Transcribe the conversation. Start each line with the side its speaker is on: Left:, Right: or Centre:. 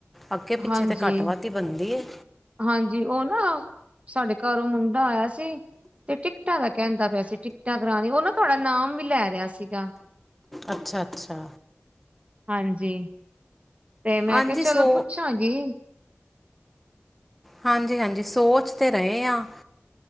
Centre: ਅੱਗੇ-ਪਿੱਛੇ
Right: ਹਾਂਜੀ
Centre: ਤੇ ਘੱਟ-ਵੱਧ ਈ ਬਣਦੀ ਏ
Right: ਹਾਂਜੀ ਓ ਨਾ, ਸਾਡੇ ਘੱਰ ਓ ਮੁੰਡਾ ਆਯਾ ਸੀ ਤੇ ਟਿਕਟਾ ਦਾ ਕੈੰਦਾ ਪੇਆ ਸੀ ਟਿਕਟਾਂ ਕਰਾ ਦੀ ਓ ਨਾ ਤੁਵਾਡਾ ਨਾਮ ਵੀ ਲੈ ਰਰਆ ਸੀਗਾ
Centre: ਅੱਛਾ-ਅੱਛਾ
Right: ਹਾਂਜੀ, ਤੇ ਮੈਂ
Centre: ਹਾਂਜੀ
Right: ਕੇਆ ਚਲੋ
Centre: ਸੋ
Right: ਪੁੱਛਾਗੀ
Centre: ਹਾਂਜੀ-ਹਾਂਜੀ ਸੋਚ ਤੇ ਰੇਆ,